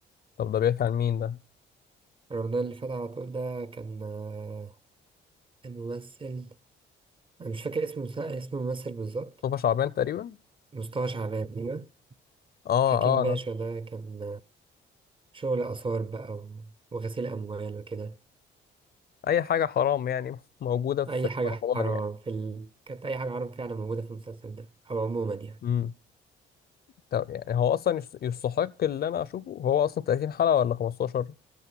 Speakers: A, on the left; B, on the right.
A: طب ده بيحكي عن مين ده
B: رمضان اللي فات على طول ده كان آه، الممثل انا مش فاكر اسم المس- اسم الممثل بالظبط
A: مصطفى شعبان تقريبا
B: مصطفى شعبان أيوة.
A: اه
B: حكيم
A: اه انا
B: باشا ده كان شغل آثار بقى و- وغسيل أموال وكده
A: اي حاجه حرام يعني <laughs> موجوده في
B: أي حاجة
A: في رمضان
B: حرام
A: يعني
B: في ال... كانت أي حاجة حرام فعلا موجودة في المسلسل ده أو عموما يعني
A: امم طب يعني هو اصلا يس- يستحق اللي انا اشوفه هو اصلا 30 حلقه ولا 15